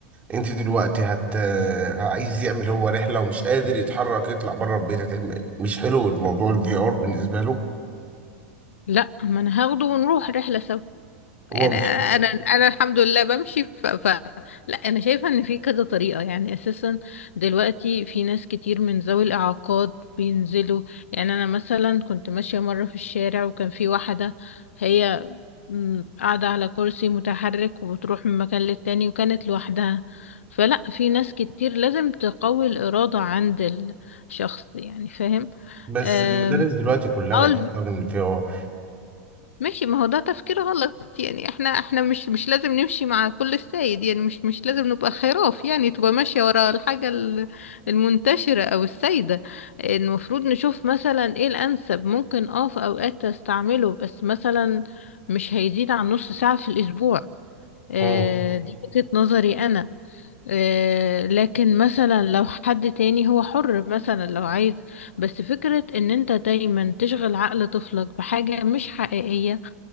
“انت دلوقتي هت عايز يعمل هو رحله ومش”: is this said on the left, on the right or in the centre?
Right